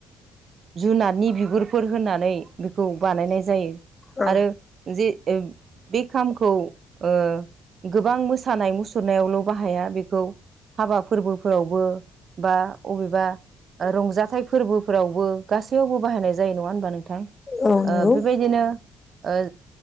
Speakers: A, on the right (about 55°); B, on the left (about 25°).
A: जुनारनि बिगुरफोर होनानै बेखौ बानायनाय जायो
B: औ
A: आरो जे ओ बे खामखौ ओ गोबां मोसानाय मुसुरनायावल' बाहाया बेखौ हाबा फोरबोफोरावबो बा बबेबा रंजाथाइ फोरबोफोरावबो गासैयावबो बाहायनाय जायो नङा होनोमबा नोंथां
B: औ नंगौ
A: बेबायदिनो ओ